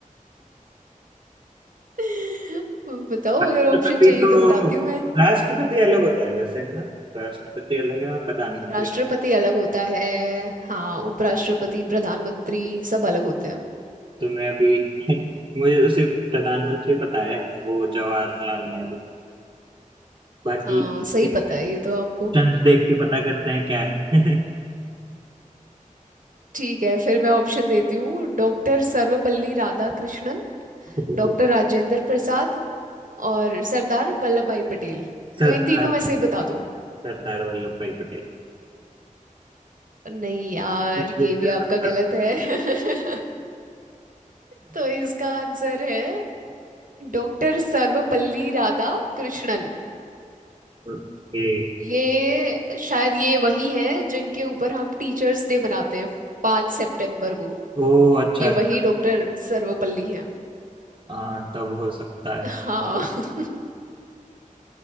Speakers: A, on the right; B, on the right.
A: <laughs> बताओ
B: राष्ट्रपति
A: अगर ऑप्शन चाहिए
B: तो
A: तो बताती हूँ मैं
B: राष्ट्रपति अलग होता है वैसे है ना राष्ट्रपति अलग है और प्रधानमंत्री
A: राष्ट्रपति अलग होता है हाँ उपराष्ट्रपति प्रधानमंत्री सब अलग होते हैं
B: तो मैं अभी <laughs> मुझे तो सिर्फ प्रधानमंत्री पता है वो जवाहरलाल नेहरू बाकी
A: हाँ सही
B: एक
A: पता है ये तो आपको
B: चंद देख के पता करते हैं क्या है
A: ठीक है फिर मैं ऑप्शन देती हूँ डॉक्टर सर्वपल्ली राधाकृष्णन
B: <laughs>
A: डॉक्टर राजेंद्र प्रसाद और सरदार वल्लभ भाई पटेल
B: सरदार
A: तो इन तीनों में से ही बता दो
B: सरदार वल्लभ भाई पटेल
A: नहीं यार
B: <laughs>
A: ये भी आपका गलत है <laughs> तो इसका आंसर है डॉक्टर सर्वपल्ली राधा कृष्णन
B: ओके
A: ये शायद ये वही हैं जिनके ऊपर हम टीचर्स डे मनाते हैं पाँच सितंबर को
B: ओ अच्छा
A: ये
B: अच्छा
A: वही डॉक्टर सर्वपल्ली हैं
B: हाँ तब हो सकता है
A: हाँ <laughs>